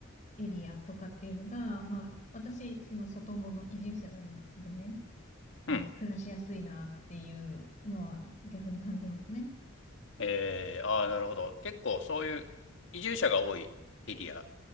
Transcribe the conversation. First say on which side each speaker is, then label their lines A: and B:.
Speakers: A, on the left (about 35°); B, on the left (about 60°).
A: エリアとかっていうのが、まあ、私、その外もの移住者なんでね、あの、
B: うん。
A: 暮らしやすいなっていうのは逆に感じますね。
B: えー、ああ、なるほど。結構そういう移住者が多いエリア